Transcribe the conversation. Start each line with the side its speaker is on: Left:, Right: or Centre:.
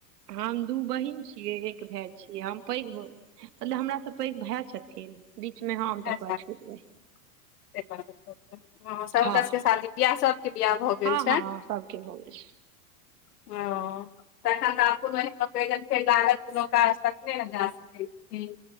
Right: हम दू बहिन छियै एक भाय छियै हम। पैघ मतलब हमरासँ पैघ भए छथिन बीचमे हम
Left: अच्छा
Right: तकबाद छोट बहिन।
Left: हँ शतसके
Right: हँ
Left: <unintelligible> शादी बिआह सब। क्रिया भऽ गेल
Right: हँ
Left: छै
Right: हँ हँ सबके भऽ गेल छै
Left: ओ। तखन तऽ आब कोन फेर लागत कोनो काज तकने ने जा सकै छै। ई